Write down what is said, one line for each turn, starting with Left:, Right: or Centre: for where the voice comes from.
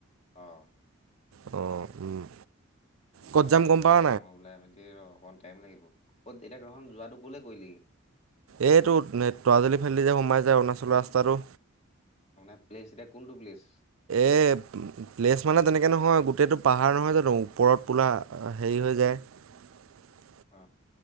Left: অ',
Right: উম, ক'ত
Left: মই
Right: যাম গম
Left: ওলোৱাই
Right: পাৱ
Left: নাই। মই ওলাই মেলি অকমান টাইম লাগিব। ক'ত এতিয়া তহত যোৱাটো ক'লৈ কৰিলি?
Right: এইটো তৰাজুলী ফালেদি যে সোমাই যায় অৰুণাচলৰ ৰাস্তাটো,
Left: মানে প্লেচ এতিয়া কোনটো প্লেচ?
Right: এ, প্লেচ মানে তেনেকে নহয়। গোটেইটো পাহাৰ নহয় জানো, ওপৰত পুৰা হেৰি- হৈ যায় <unintelligible>
Left: অ